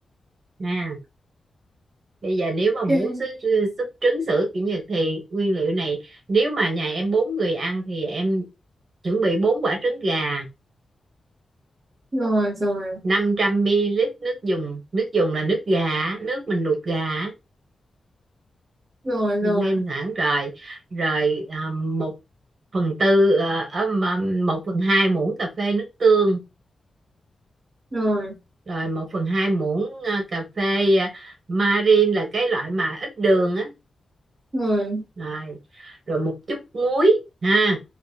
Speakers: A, on the right; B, on the right.
A: à, bây giờ nếu mà muốn
B: ok
A: súp, súp trứng sữa kiểu Nhật thì nguyên liệu này nếu mà nhà em bốn người ăn thì em chuẩn bị bốn quả trứng gà
B: rồi rồi
A: 500 ml nước dùng nước dùng là nước gà nước mình luộc gà á,
B: rồi
A: nêm
B: rồi
A: sẵn rồi rồi à, một phần tư à, ờ, một phần hai muỗng cà phê nước tương
B: rồi
A: rồi một phần hai muỗng à, cà phê à, marin là cái loại mà ít đường á
B: rồi
A: rồi rồi một chút muối ha